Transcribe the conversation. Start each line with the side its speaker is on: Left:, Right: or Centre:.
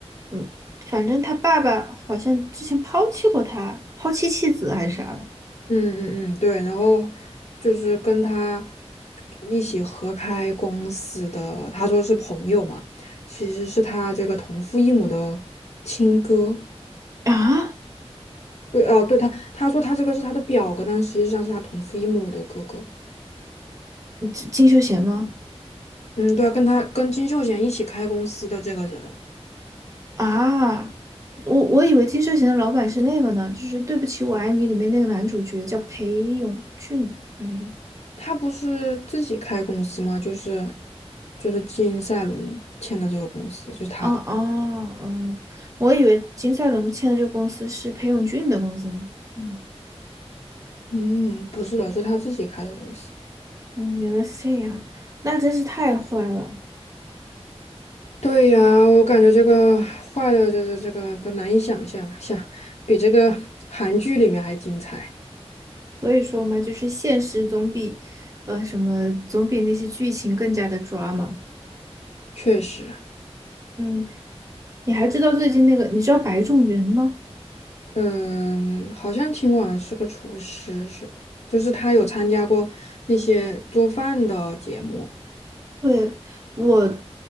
Right: 嗯，反正他爸爸好像之前抛弃过他，抛弃妻子还是啥的
Left: 嗯嗯嗯，对。然后就是跟他一起合开公司的，他说是朋友嘛，其实是他这个同父异母的亲哥。
Right: 啊？
Left: 对哦，对他，他说他这个是他的表哥，但实际上是他同父异母的哥哥。
Right: 金金秀贤吗？
Left: 嗯，对啊，跟他跟金秀贤一起开公司的这个人，
Right: 啊，我我以为《金秀贤的老板是那个呢，就是《对不起，我爱你》里面那个男主角叫裴勇俊，还是？
Left: 他不是自己开公司吗？就是就是金赛伦签的这个公司，就是他的。
Right: 啊啊嗯，我以为金赛纶签的这个公司是裴勇俊的公司呢。嗯
Left: 嗯，不是的，是他自己开的公司。
Right: 嗯，原来是这样，那真是太坏了。
Left: 对呀，我感觉这个坏的，就是这个都难以想象，想比这个韩剧里面还精彩。
Right: 所以说嘛，就是现实总比呃什么总比那些剧情更加的 drama。
Left: 确实，
Right: 嗯，你还知道最近那个，你知道白种元吗？
Left: 嗯，好像听完是个厨师是吧？就是他有参加过那些做饭的节目。
Right: 对，我，